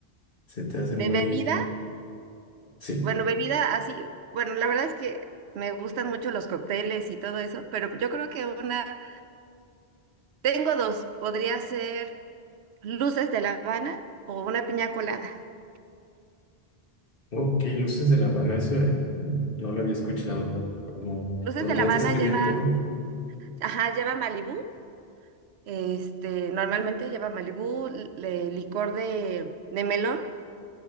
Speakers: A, on the left (about 55°); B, on the right (about 80°).
A: se te hace
B: ¿De
A: muy
B: bebida?
A: Sí,
B: Bueno, bebida así, bueno, la verdad es que me gustan mucho los cócteles y todo eso, pero yo creo que una, tengo dos, podría ser Luces de La Habana o una piña colada.
A: ok, Luces de La Habana, eso eh, no lo había escuchado. ¿Cómo
B: Luces
A: podrías
B: de La Habana
A: describir
B: lleva,
A: un poco?
B: ajá, lleva Malibú, este, normalmente lleva Malibú, le- licor de, de melón,